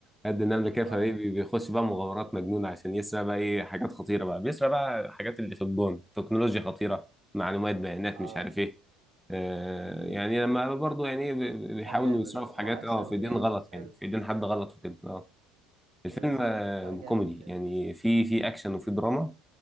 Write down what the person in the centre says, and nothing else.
قد النمله كده
فايه بي- بيخش بقى مغامرات مجنونه عشان يسرق بقى ايه حاجات خطيره بقى بيسرق بقى الحاجات اللي في الجون تكنولوجيا خطيره معلومات بيانات
مش عارف ايه آه
يعني لما برضه يعني إيه بي-
بيحاولوا
يسرقوا
في حاجات
اه في
ايدين غلط
يعني في ايدين حد غلط وكده اه الفيلم
آه،
كوميدي
يعني في في اكشن وفي دراما